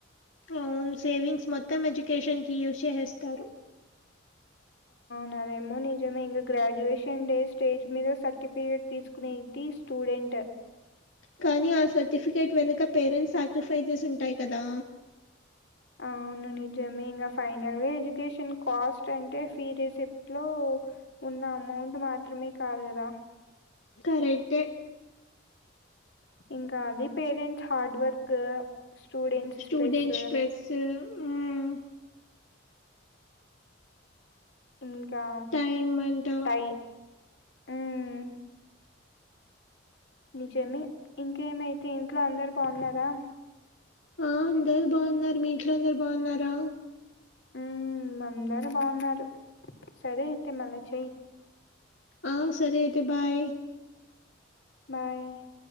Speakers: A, on the left; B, on the left.
A: అవును సేవింగ్స్ మొత్తం ఎడ్యుకేషన్ కి యూజ్ చేసేస్తారు.
B: నాదేమో నిజమే ఇంకా గ్రాడ్యుయేషన్ డే స్టేజ్ మీద సర్టిఫికేట్ తీసుకునేది స్టూడెంట్
A: కానీ ఆ సర్టిఫికేట్ వెనుక పేరెంట్స్ సాక్రిఫైజెస్ ఉంటాయి కదా.
B: అవును నిజమే ఇంకా ఫైనల్ గా ఎడ్యుకేషన్ కాస్ట్ అంటే ఫీ రిసీ ప్ట్ లో ఉన్న అమౌంట్ మాత్రమే కాదు కదా
A: కరెక్టే
B: ఇంకా అది parents hard work, students
A: students
B: stress
A: stress ఊ
B: ఇంకా
A: టైం అంట
B: టై మ్మ్ నిజమే, ఇంకేమైతే ఇంట్లో అందరు బాగున్నారా
A: ఆ అందరు బాగున్నారు, మీ ఇంట్లో అందరు బాగున్నారా?
B: ఉమ్ అందరు బాగున్నారు, సరే అయితే మళ్ళా చెయ్
A: ఆ సరే అయితే బై
B: బై